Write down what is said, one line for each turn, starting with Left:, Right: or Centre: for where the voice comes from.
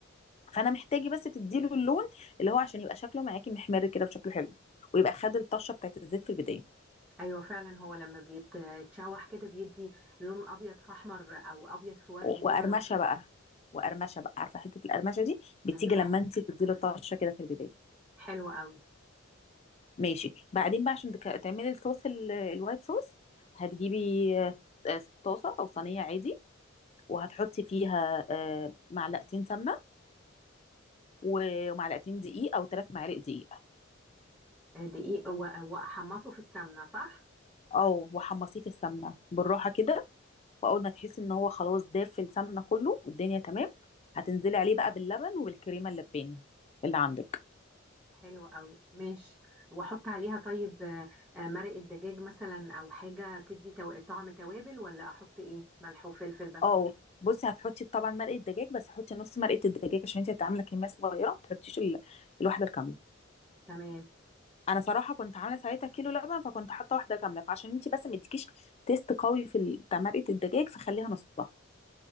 Left: فانا محتاجه بس تديله اللون اللي هو عشان يبقى شكله معاكي محمر كده وشكله حلو ويبقى خد الطشه بتاعت الزيت في البدايه
Centre: ايوه فعلا هو لما بيتشوح كده بيدي لون ابيض في احمر او ابيض في وردي
Left: وقرمشه
Centre: كده لطيف
Left: بقى وقرمشه بقى عارفه حته القرمشه دي بتيجي
Centre: ايوه
Left: لما
Centre: حلو
Left: انت تديله طشه كده في البدايه
Centre: حلو قوي
Left: ماشي بعدين بقى عشان تك- تعملي الصوص ال- الوايت صوص هتجيبي آه، آه، طاسة أو صينية عادي وهتحطي فيها آه، معلقتين سمنة و- ومعلقتين دقيق أو ثلاث معالق دقيق
Centre: آه، دقيق و- واحمصه في السمنه صح
Left: أو وحمصيه في السمنة بالراحة كده وأول ما تحسي إن هو خلاص داف في السمنة كله والدنيا تمام هتنزلي عليه بقى باللبن وبالكريمة اللباني اللي عندك
Centre: حلو قوي ماشي واحط عليها طيب آه، آه، مرق الدجاج مثلا او حاجه تدي تو- طعم توابل ولا احط ايه ملح وفلفل بس
Left: أو بصي هتحطي طبعا مرقة دجاج بس حطي نص مرقة الدجاج عشان انت هتعملي كمية صغيرة ما تحطيش ال- الواحدة الكاملة
Centre: تمام
Left: انا صراحه كنت عامله ساعتها كيلو لبن فكنت حاطه واحده كامله فعشان انت بس ما تديكيش تيست قوي في ال- بتاع مرقه الدجاج فخليها نصها